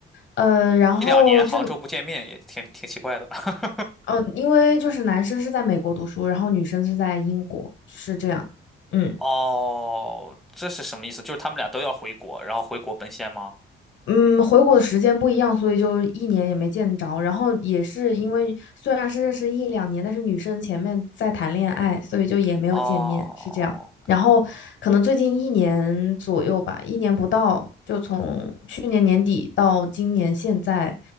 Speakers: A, on the left; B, in the centre.
A: 呃，然后这个
B: 一两年杭州不见面也挺挺奇怪的。<laughs>
A: 呃，因为就是男生是在美国读书，然后女生是在英国，是这样。嗯。
B: 哦，这是什么意思？就是他们俩都要回国，然后回国奔现吗？
A: 嗯，回国的时间不一样，所以就一年也没见着。然后也是因为虽然是认识一两年，但是女生前面在谈恋爱，所以就也没有见面，
B: 哦，
A: 是这样。然后可能最近一年左右吧，一年不到，就从去年年底到今年现在